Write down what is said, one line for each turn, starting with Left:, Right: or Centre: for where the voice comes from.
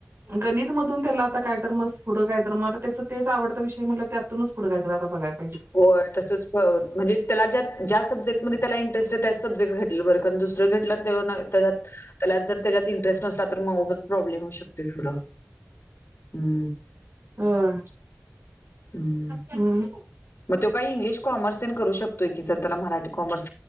Right: गणित मधूंन त्यांला आंता कायं तरं मस्तं पुढं कायं तरं मंगला त्यांचं तेचं आवडता विषय म्हटलं त्यांतूनच प पुढें कायं आंता बघायचं
Left: हो तसंच करं कॉल म्हणजे त्यांला ज्यां ज्यां सब्जेक्टमध्ये त्यांला इंटरेट आहे त्यां सब्जेट घटलं बरं कारणं दुसरं घटलं त्यां तं त्यांलात तरं त्यांच्यात इंटरेस्ट नसला तरं मंच प्रॉब्लेम होऊ शकते थोडं हम्मं
Right: हम्मं
Left: ईच
Right: हम्मं
Left: मंग तो कांहीं इंग्लिश कॉमर्स पं करूं शकतोय की जरं त्यांलाही मराठी कॉमर्स